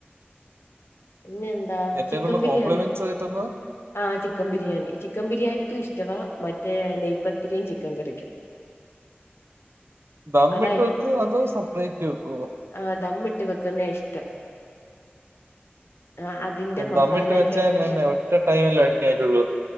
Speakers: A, on the left; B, on the right.
A: പിന്നെ എന്താ
B: ഏറ്റവും
A: ചിക്കൻ
B: കൂടുതൽ
A: ബിരിയാണി.
B: കോംപ്ലിമെന്റ്സ് കിട്ടുന്നത്
A: ആ ചിക്കൻ ബിരിയാണി ചിക്കൻ ബിരിയാണിക്കും ഇഷ്ട്ടവാ മറ്റേ നെയ്പത്തിരിയും ചിക്കൻ കറിക്കും. <inaudible>
B: ദമ്മിട്ട്
A: അതാ
B: വെക്കൊ അതോ സപ്പറേറ്റ് വെക്കൊ
A: ആ ദമ്മിട്ട് വെക്ക്ന്നെ ഇഷ്ട്ടം ആ അതിന്റെ മസാലക്കകത്തെല്ലാം
B: ദമ്മിട്ട് വെച്ചാലന്നെ ഒറ്റ ടൈമല്ലേ അടിക്കാൻ പട്ടൊള്ളൂ.